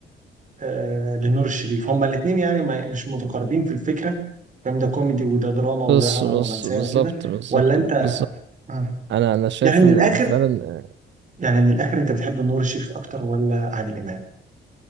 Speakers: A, on the right (about 40°); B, on the right (about 65°).
A: آه لنور الشريف هما الاثنين يعني ما مش متقاربين في الفكرة فاهم ده كوميدي وده دراما وده
B: بس
A: رومانسية
B: بس بالظبط
A: وكده
B: بالظبط
A: ولا انت
B: بالظبط
A: آه.
B: انا انا شايف
A: يعني من
B: ان
A: الاخر
B: ان فعلا
A: يعني من الاخر انت بتحب نور الشريف اكتر ولا عادل امام